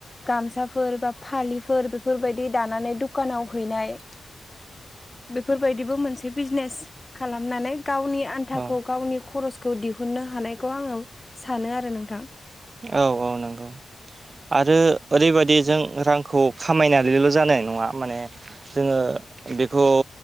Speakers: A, on the left; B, on the right.
A: गामसाफोर बा फालिफोर बेफोरबायदि दानानै दुखानाव हैनाय बेफोरबायदिबो मोनसे बिजनेस खालामनानै गावनि आन्थाखौ
B: औ
A: गावनि खरस खौ दिहुननो हानायखौ आङो सानो आरो नोंथां।
B: औ औ नंगौ। आरो ओरैबादि जों रांखौ खामायनानैल' जानाय नङा माने जोङो बेखौ